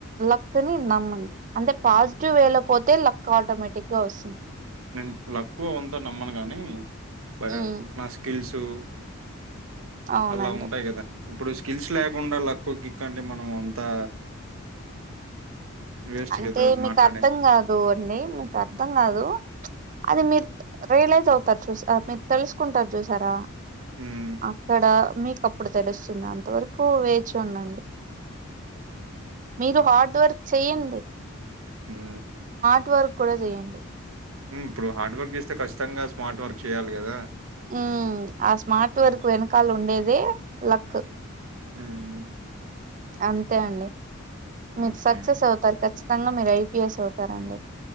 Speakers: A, on the right; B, on the right.
A: లక్‌ ని నమ్మండి అంటే పాజిటివ్ వేలో పోతే లక్ ఆటోమేటిక్గా వస్తుంది
B: నేను లక్కు అవంత నమ్మను గానీ బై
A: ఉమ్
B: నాస్కిల్సు
A: అవునండి
B: అలా ఉంటాయి కదా ఇప్పుడు స్కిల్స్ లేకుండా లక్కు గిక్కు అంటే మనం అంతా వేస్ట్
A: అంటే
B: కదా
A: మీకు
B: మాట్లాడే
A: అర్ధం కాదు అండి మీకు అర్ధం కాదు అది మీరు రియలైజ్ అవుతారు చూసా మీరు తెలుసుకుంటారు చూసారా
B: ఉమ్
A: అక్కడ మీకు అప్పుడు తెలుస్తుంది అంత వరకు వేచూండండి మీరు హార్డ్ వర్క్ చెయం
B: ఉమ్మ్
A: ర్ట్ వర్క్ కూడా చేయండి
B: ఉమ్మ్ ఇప్పుడు హార్డ్ వర్క్ చేస్తే ఖచ్చితంగా స్మార్ట్ వర్క్ చేయాలి కదా
A: ఉమ్మ్ ఆ స్మార్ట్
B: ఉమ్
A: వర్క్ వెనకాల ఉండేదే లక్
B: ఉమ్మ్
A: అంతే అండి మీరు
B: ఓకే
A: సక్సెస్ అవుతారు ఖచ్చితంగా మీరు ఐపీఎస్ అవుతారండి